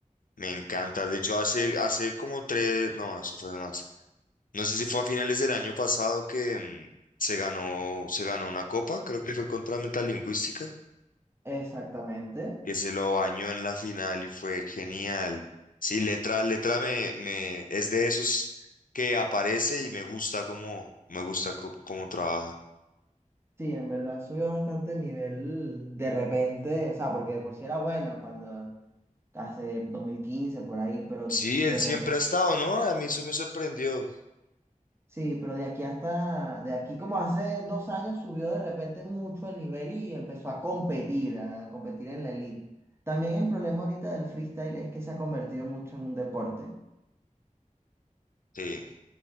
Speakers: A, on the left (about 85°); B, on the right (about 20°).
A: me encanta. De hecho, hace, hace como tres, no, eso fue de más. No sé si fue a finales del año pasado que mm, se ganó, se ganó una copa, creo que fue contra Metalingüística,
B: Exactamente.
A: que se lo bañó en la final y fue genial. Sí, Letra, Letra me, me, es de esos que aparece y me gusta cómo, me gusta co- cómo trabaja.
B: Sí, en verdad subió bastante el nivel de repente, o sea, porque de por sí era bueno cuando hace 2015 por ahí, pero
A: Sí, él
B: de
A: siempre
B: repente,
A: ha estado, ¿no? A mí eso me sorprendió.
B: sí, pero de aquí hasta, de aquí como hace dos años subió de repente mucho el nivel y empezó a competir, a competir en la elite. También el problema ahorita del freestyle es que se ha convertido mucho en un deporte.
A: Sí,